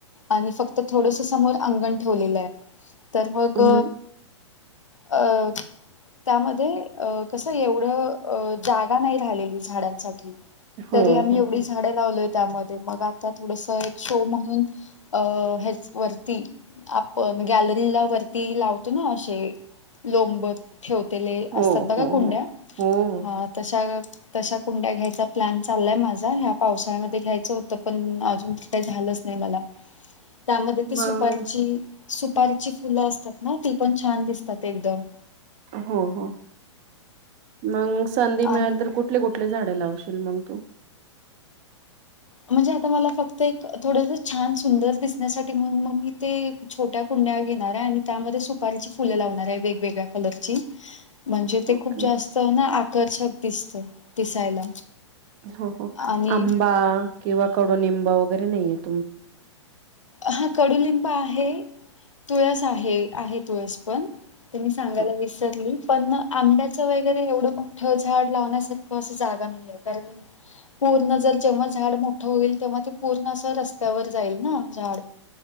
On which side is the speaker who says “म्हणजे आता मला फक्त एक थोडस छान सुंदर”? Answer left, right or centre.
Left